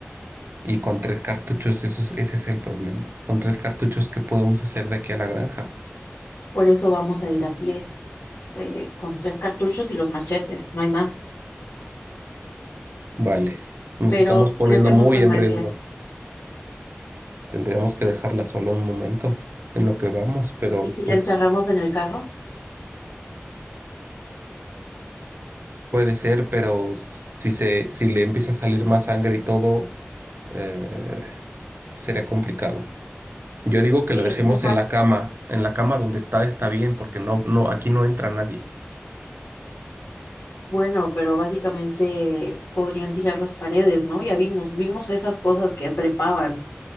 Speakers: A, on the right (about 55°); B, on the left (about 80°).
A: Y con tres cartuchos, eso es- ese es el problema. Con tres cartuchos, ¿qué podemos hacer de aquí a la granja?
B: Por eso vamos a ir a pie, eh, con tres cartuchos y los machetes, no hay más.
A: Vale, nos
B: Pero,
A: estamos poniendo
B: ¿qué hacemos
A: muy
B: con
A: en
B: María?
A: riesgo. Tendremos que dejarla sola un momento en lo que vamos, pero
B: ¿Y si la
A: pues
B: encerramos en el carro?
A: puede ser, pero si se, si le empieza a salir más sangre y todo, eh, sería complicado. Yo digo
B: Es
A: que
B: que,
A: la dejemos
B: deja-
A: en la cama, en la cama donde está está bien, porque no, no, aquí no entra nadie.
B: bueno, pero básicamente podrían tirar las paredes, ¿no? Ya vimos, vimos esas cosas que trepaban.